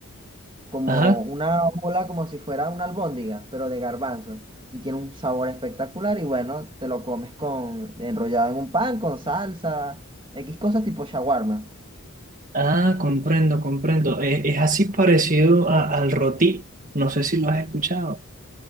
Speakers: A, on the right; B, on the right.
A: como
B: ajá.
A: una bola, como si fuera una albóndiga, pero de garbanzo. Y tiene un sabor espectacular y bueno, te lo comes con enrollado en un pan, con salsa, X cosas tipo shawarma.
B: Ah, comprendo, comprendo. Es, es así parecido a- al rotí. No sé si lo has escuchado.